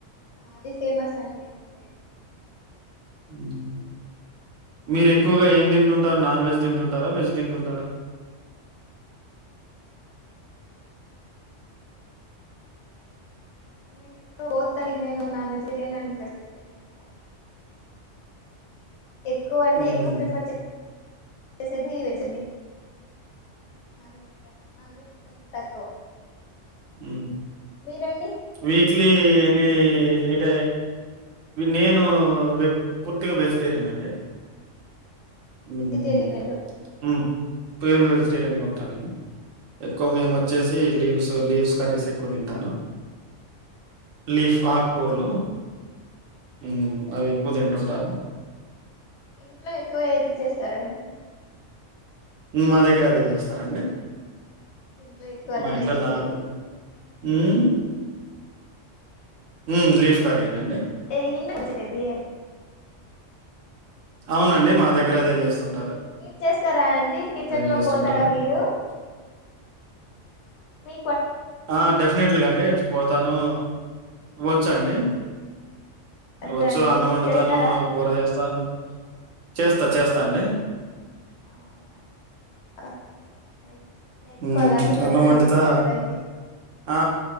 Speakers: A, on the left; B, on the right.
A: ఆది ఫేమస్ అండి మా సైడు
B: ఉమ్ మీరు ఎక్కువగా ఏం తింటుంటారు నాన్ వెజ్ తింటుంటారా వెజ్ తింటుంటారా
A: మేం ఎక్కువ బొత్ అని నేను non vegetarian and plus vegetarian అసా ఎక్కువ అంటే
B: హ్మ్.
A: ఎక్కువ ప్రిఫర్ చే చేసేది వెజ్ అండి నాన్ వెజ్ నాన్ వెెజ్ కొంచెం తక్కువ
B: ఉమ్
A: మీరండి
B: వీక్లీ ఎన్ని ఏట నేను వే పూర్తిగా వెజిటేరియన్ అండి హుమ్
A: వెజిటేరియన్
B: మ్ ఉమ్ ప్యూర్ వెజిటేరియన్ గా ఉంటానేను ఎక్కువ మేము వచ్చే సి లీవ్స్ లీవ్స్ కర్రీస్ ఎక్కువ తింటాను లీఫ్
A: ఓకే
B: ఆకుకూర్లు మ్
A: ఓకే
B: అవి ఎక్కువ తింటుంటాను
A: ఇంట్లో ఎక్కువ ఏతి చేస్తారండి
B: మా దగ్గర అదే చేస్తారండి
A: ఇంట్లో ఎక్కువ అదేనా
B: మా ఇంట్లో
A: చేసేది
B: నాన్న ఉమ్ ఉమ్ లీఫ్ కరీ ఏ నండి
A: ఏ <inaudible>
B: అవునండి మా దగ్గర అదే చేస్తుంట
A: మీరు చేస్తారా అండి కిచెన్ లో
B: జేస్తుంటారు.
A: పోతారా మీరు మీ
B: ఆ డెఫినెట్లుగాండి పోతాను వచ్చు అండి
A: వచ్చా
B: వచ్చు
A: అండి
B: అన్నం వండుతాను
A: చేస్తారా
B: కూర చేస్తాను చేస్తా చేస్తా అండి
A: అవునా ఒకే నైస్ నేర్చుకోవాలి
B: ఉమ్
A: అన్ని పనులు
B: అన్నం వండుతా
A: నేర్చుకోవాల కదండి
B: ఆ